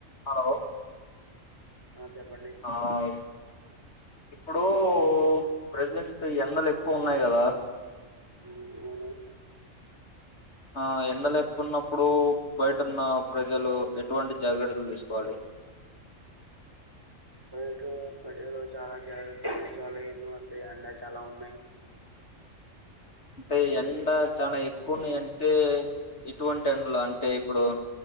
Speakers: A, on the left; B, on the right.
A: Hello
B: ఆ చెప్పండి
A: hi ఇప్పుడు ప్రజెంట్ ఎండలు ఎక్కువ ఉన్నాయి కదా
B: హ్మ్ అవును
A: ఆ ఎండలు ఎక్కున్నప్పుడు బయటున్న ప్రజలు ఎటువంటి జాగ్రత్తలు తీసుకోవాలి
B: <unintelligible> ప్రజలు చాలా జాగ్రత్తలు తీసుకోవాలి. ఎందుకంటే ఎండా చాలా ఉన్నాయి
A: అంటే ఎండ చాలా ఎక్కువన్నాయి అంటే ఎటువంటి ఎండలు అంటే ఇప్పుడు